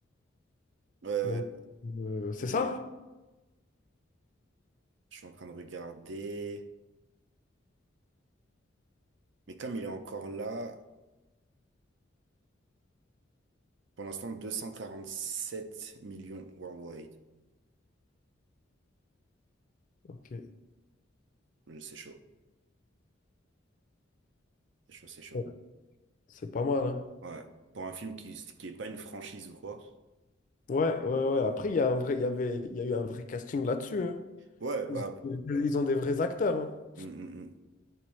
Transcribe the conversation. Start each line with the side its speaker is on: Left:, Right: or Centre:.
Right: Ouais, ouais.
Left: donc,
Right: ouais.
Left: euh, c'est
Right: Lui,
Left: ça?
Right: je suis en train de regarder. Mais comme il est encore là, pour l'instant, sept millions worldwide.
Left: Ok.
Right: C'est chaud. C'est chaud, c'est chaud.
Left: Ouais, C'est pas mal, hein.
Right: Ouais. Pour un film qui, qui est pas une franchise ou quoi.
Left: Ouais, ouais, ouais. Après, il y a un vrai, il y avait, il y a eu un vrai casting là-dessus, hein.
Right: Ouais,
Left: Ils
Right: bah.
Left: ils ont des vrais acteurs, hein.
Right: hum, hum, hum.